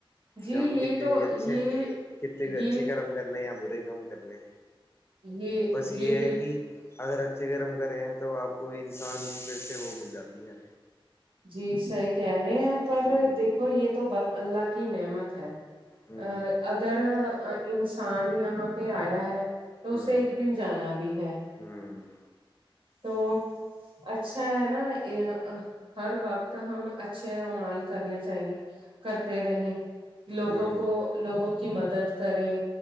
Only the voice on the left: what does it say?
تو
ہم کتے
بھی اچھے
کتے بھی اچھے
کرم کر لیں یا برے کام کر لیں
بس
یہ ہے
کہ اگر اچھے کرم کریں ہیں تو آپ کو انسان کی فرش سے وہ مل جاتی ہے
ہوں
ہوں
ہوں
ہوں
ہوں